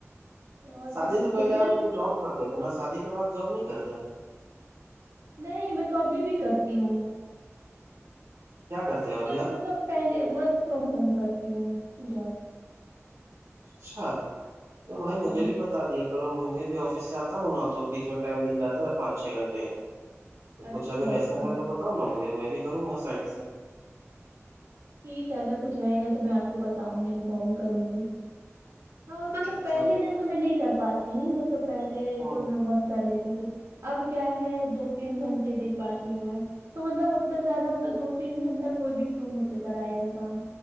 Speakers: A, on the right (about 80°); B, on the right (about 65°).
A: اور
B: شادی
A: تو ٹھیک
B: سے پہلے
A: ہے پھر
B: آپ تو جاب کرتے تھے نا شادی کے بعد جاب نہیں کر رہے
A: نہیں میں تو ابھی بھی کرتی ہوں
B: کیا کرتے ہو ابھی
A: پر
B: آپ
A: مطلب پہلے ورک فرام ہوم کرتی ہوں جاب
B: اچھا تو بھائی
A: ہاں
B: مجھے بھی بتا دیا مجھے بھی آفس سے آتا ہوں نا تو بیچ میں ٹائم مل جاتا ہے پانچ چھ گھنٹے تو کچھ
A: اچھا
B: اگر
A: اچھا
B: ایسا ہے تو بتاؤ نا مجھے میں بھی کروں گا سائڈ سے
A: ٹھیک ہے اگر کچھ رہے گا تو میں آپ کو بتاؤں گی انفارم کروں گی ہاں مطلب
B: اچھا
A: پہلے جیسا میں نہیں کر پاتی ہوں مطلب پہلے
B: ہاں
A: تو میں بہت کر لیتی تھی اب کیا ہے دو تین گھنٹے دے پاتی ہوں میں تو مطلب اتنا زیادہ مطلب دو تین گھنٹہ کوئی بھی کیوں مس سے کرائے گا کام